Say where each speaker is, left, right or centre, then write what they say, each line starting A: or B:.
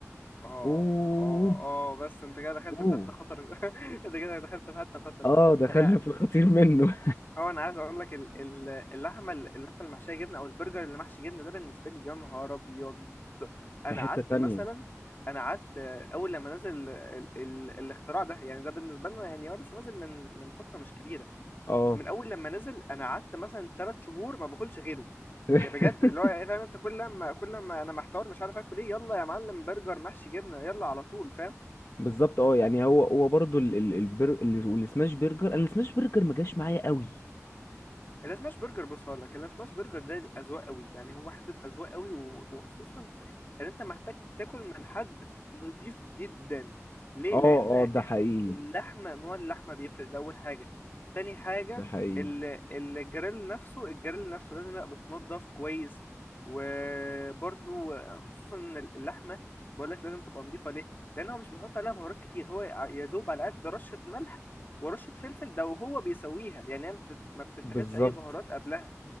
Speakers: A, on the left; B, on the left.
A: اه
B: اوه
A: اه اه بس انت كده دخلت
B: اوه
A: في حته خطر <laughs> انت كده دخلت في حته خطر
B: اه دخلنا
A: انا
B: في الخطير منه
A: اه انا عايز اقول لك ال- ال- اللحمه اللحمه المحشيه جبنه او البرجر اللي محشي جبنه ده بالنسبه لي يا نهار ابيض
B: <laughs> في
A: انا
B: حته
A: قعدت
B: تانية
A: مثلا انا قعدت اول لما نزل ال ال ال الاختراع ده يعني ده بالنسبه لنا يعني هو لسه نازل من من فتره مش كبيره
B: اه
A: من اول لما نزل انا قعدت مثلا ثلاث شهور ما باكلش غيره
B: <laughs>
A: يا بجد اللي هو إيه، فاهم انت كل لما كل لما انا محتار مش عارف اكل ايه يلا يا معلم برجر محشي جبنه يلا على طول فاهم
B: بالظبط اه يعني هو هو برضو ال- ال- البر... ال- والسماش برجر انا السماش برجر ما جاش معايا قوي
A: السماش برجر بص هقول لك السماش برجر ده اذواق قوي يعني هو حته اذواق قوي و- وخصوصا ان انت محتاج تاكل من حد نضيف جدا ليه
B: اه
A: لان ال-
B: اه ده حقيقي
A: اللحمه نوع اللحمه بيفرق ده اول حاجه تاني حاجه
B: ده حقيقي
A: ال- الجريل نفسه الجريل نفسه لازم يبقى بتنضف كويس وبرضو خصوصا ان اللحمه بقول لك لازم تبقى نضيفه ليه لان هو مش بيحط عليها بهارات كتير هو يع- يا دوب على قد رشه ملح ورشه فلفل ده وهو بيسويها يعني هي ما بتت- ما بتتاخدش
B: بالظبط
A: اي بهارات قبلها